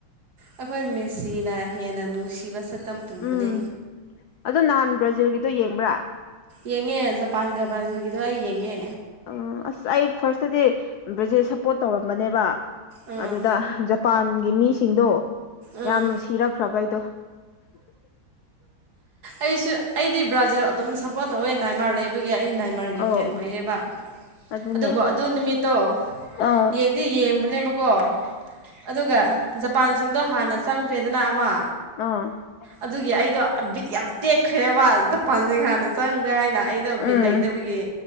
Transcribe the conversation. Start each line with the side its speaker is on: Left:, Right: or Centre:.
Right: ꯑꯩꯈꯣꯏ ꯃꯦꯆꯤꯅ ꯍꯦꯟꯅ ꯅꯨꯡꯁꯤꯕ ꯁꯛꯇꯝ ꯄꯨꯕꯅꯦ
Left: ꯎꯝ ꯑꯗꯣ ꯅꯍꯥꯟ ꯕ꯭ꯔꯥꯖꯤꯜꯒꯤꯗꯣ ꯌꯦꯡꯕ꯭ꯔꯥ
Right: ꯌꯦꯡꯉꯦ ꯖꯄꯥꯟꯒ ꯕ꯭ꯔꯥꯖꯤꯜꯒꯤꯗꯣ ꯑꯩ ꯌꯦꯡꯉꯦ
Left: ꯎꯝ ꯑꯁ ꯑꯩ ꯐꯥꯔꯁꯇꯗꯤ ꯕ꯭ꯔꯖꯤꯜ ꯁꯞꯄꯣꯔꯠ ꯇꯧꯔꯝꯕꯅꯦꯕ
Right: ꯎꯝ
Left: ꯑꯗꯨꯗ ꯃꯄꯥꯟꯒꯤ ꯃꯤꯁꯤꯡꯗꯣ
Right: ꯎꯝ
Left: ꯌꯥꯝꯅ ꯁꯤꯔꯛꯈ꯭ꯔꯕ ꯑꯩꯗꯣ
Right: ꯑꯩꯁꯨ ꯑꯩꯗꯤ ꯕ꯭ꯔꯥꯖꯤꯜ ꯑꯗꯨꯝ ꯁꯞꯄꯣꯔꯠ ꯇꯧꯋꯦ ꯅꯥꯏꯃꯥꯔ ꯂꯩꯕꯒꯤ ꯑꯩ ꯅꯥꯏꯃꯥꯔꯒꯤ
Left: ꯑꯧ
Right: ꯐꯦꯟ ꯑꯣꯏꯌꯦꯕ
Left: ꯑꯗꯨꯅꯦ
Right: ꯑꯗꯨꯕꯨ ꯑꯗꯨ ꯅꯨꯃꯤꯠꯇꯣ
Left: ꯑꯥ
Right: ꯌꯦꯡꯗꯤ ꯌꯦꯡꯕꯅꯦꯕꯀꯣ ꯑꯗꯨꯒ ꯖꯄꯥꯟꯁꯤꯡꯗꯣ ꯍꯥꯟꯅ ꯆꯪꯈ꯭ꯔꯦꯗꯅ ꯑꯃ
Left: ꯑꯥ <unintelligible> <inaudible>
Right: ꯑꯗꯨꯒꯤ ꯑꯩꯗꯣ ꯕꯤꯠ ꯌꯥꯝ ꯇꯦꯛꯈ꯭ꯔꯦꯕ ꯖꯄꯥꯟꯁꯤꯡ ꯍꯥꯟꯅ ꯆꯪꯈ꯭ꯔꯦ ꯍꯥꯏꯅ ꯑꯩꯗꯣ ꯕꯤꯠ
Left: ꯎꯝ
Right: ꯂꯩꯇꯕꯒꯤ